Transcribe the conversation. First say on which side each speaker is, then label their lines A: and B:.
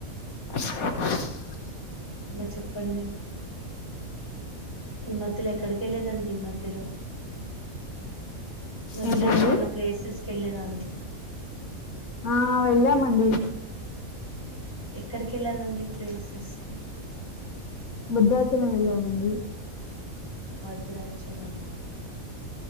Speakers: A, on the left; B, on the left.
A: బ్లాంక్
B: ఇంగ చెప్పండి ఈ మధ్యలో ఎక్కడికెళ్లిరండి, ఈ మధ్యలో? మధ్యలో
A: ఏంటండి
B: ఎక్కడికన్నా ప్లేసెస్ కెళ్ళిర్రా అండి?
A: ఆ వెళ్ళామండి.
B: ఎక్కడికి ఎళ్ళారండి ప్లేసెస్ కి?
A: భద్రాచలం వెళ్ళామండి.
B: భద్రాచలమా?